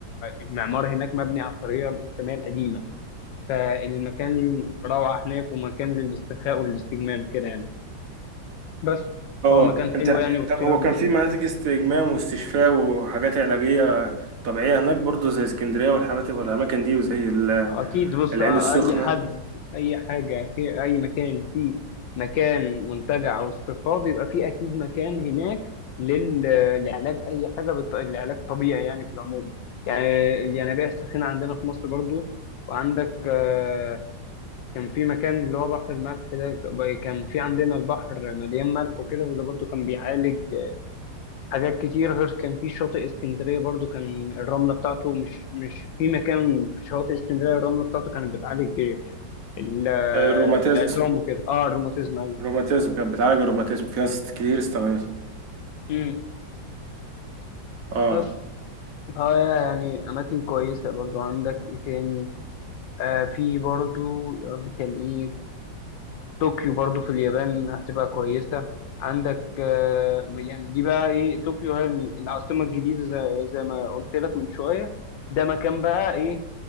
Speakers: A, on the left (about 75°); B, on the right (about 55°).
A: المعمار هناك مبني على الطريقة الإسلامية القديمة فالمكان روعة هناك ومكان للاسترخاء والاستجمام كده يعني بس
B: اه
A: فهو مكان حلو
B: انت يعني
A: يعني واختيار
B: طب هو كان في مناطق استجمام واستشفاء وحاجات علاجيه طبيعيه هناك برضو زي اسكندريه والحاجات والاماكن دي وزي ال-
A: اكيد بص
B: العين
A: آه،
B: السخنه
A: اي حد اي حاجه في اي مكان في مكان منتجع او استشفاء بيبقى في اكيد مكان هناك لل- لعلاج اي حاجه بالط- العلاج طبيعي يعني في العموم يعني الينابيع الساخنه عندنا في مصر برضو وعندك آه، كان في مكان اللي هو بحر الملح ده كان في عندنا البحر مليان ملح وكده وده برضو كان بيعالج حاجات كتير غير كان في شاطئ اسكندرية برضو كان الرملة بتاعته مش مش في مكان في شواطئ اسكندرية الرملة بتاعته كانت بتعالج ال-
B: آه، الروماتيزم
A: العظام الروماتيزم وكده اه الروماتيزم ايوه
B: الروماتيزم كانت بتعالج الروماتيزم في ناس كتير استخدمتها
A: امم
B: اه
A: بس فهي يعني أماكن كويسة برضو عندك ايه تاني آه في برضو يا رب كان ايه طوكيو برضو في اليابان هتبقى كويسة عندك آه يعني دي بقى ايه طوكيو هي العاصمة الجديدة زي, زي ما قلت لك من شوية ده مكان بقى ايه